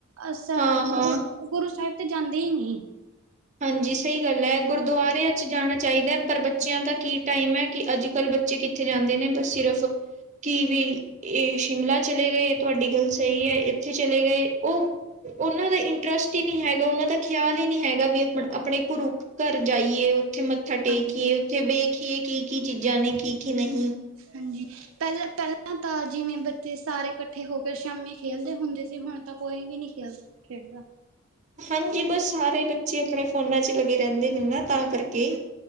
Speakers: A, on the right; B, on the right.
A: ਅੱਛਾ
B: ਹਾਂ-ਹਾਂ,
A: ਗੁਰੂ ਸਾਹਿਬ ਤੇ ਜਾਂਦੇ ਹੀ ਨੀ।
B: ਹਾਂਜੀ ਸਹੀ ਗੱਲ ਹੈ ਗੁਰਦੁਆਰਿਆਂ 'ਚ ਜਾਣਾ ਚਾਹੀਦਾ। ਪਰ ਬੱਚਿਆਂ ਦਾ ਕੀ ਟਾਈਮ ਹੈ ਕਿ ਅੱਜ ਕੱਲ੍ਹ ਬੱਚੇ ਕਿੱਥੇ ਜਾਂਦੇ ਨੇ ਬਸ ਸਿਰਫ ਕਿ ਵੀ ਇਹ ਸ਼ਿਮਲਾ ਚਲੇ ਗਏ ਤੁਹਾਡੀ ਗੱਲ ਸਹੀ ਹੈ ਇੱਥੇ ਚਲੇ ਗਏ ਉਹ ਉਹਨਾਂ ਦਾ ਇੰਟਰਸਟ ਹੀ ਨਹੀਂ ਹੈਗਾ ਉਹਨਾਂ ਦਾ ਖਿਆਲ ਹੀ ਨਹੀਂ ਹੈਗਾ ਵੀ ਆਪਣੇ ਗੁਰੂ ਘਰ ਜਾਈਏ ਉੱਥੇ ਮੱਥਾ ਟੇਕਏ
A: ਹਾਂਜੀ
B: ਉੱਥੇ ਵੇਖ ਦੇਖੀਏ ਕੀ- ਕੀ ਚੀਜ਼ਾਂ ਨੇ ਕੀ -ਕੀ ਨਹੀਂ।
A: ਹਾਂਜੀ ਪਹਿਲ ਪਹਿਲਾਂ ਤਾਂ ਜਿਵੇਂ ਬੱਚੇ ਸਾਰੇ ਇਕੱਠੇ ਹੋ ਕੇ ਸ਼ਾਮੀ ਖੇਲਦੇ ਹੁੰਦੇ ਸੀ। ਹੁਣ ਤਾਂ ਕੋਈ ਵੀ ਨੀ ਖੇਲ ਖੇਡਦਾ।
B: ਹਾਂਜੀ ਬਸ ਸਾਰੇ ਬੱਚੇ ਆਪਣੇ ਫੋਨਾਂ 'ਚ ਲੱਗੇ ਰਹਿੰਦੇ ਨੇ ਨਾ ਤਾਂ ਕਰਕੇ